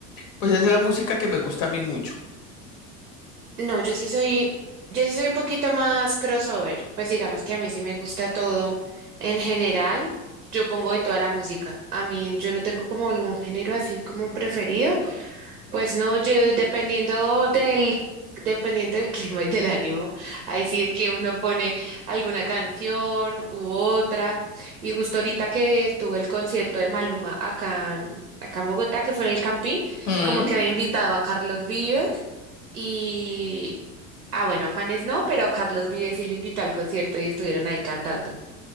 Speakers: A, on the left; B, on the right.
A: pues esa es la música que me gusta a mí mucho.
B: No, yo sí soy, yo sí soy un poquito más crossover, pues digamos que a mí sí me gusta todo. En general, yo pongo de toda la música. A mí yo no tengo como algún género así como preferido, pues no, yo dependiendo del dependiendo del <laughs> clima y del ánimo, ahí sí es que uno pone alguna canción u otra. Y justo ahorita que estuvo el concierto de Maluma acá acá en Bogotá, que fue en el Campín,
A: Mm,
B: como que había invitado a Carlos Vives y, Ah, bueno, a Juanes no, pero a Carlos Vives sí lo invitó al concierto y estuvieron ahí cantando.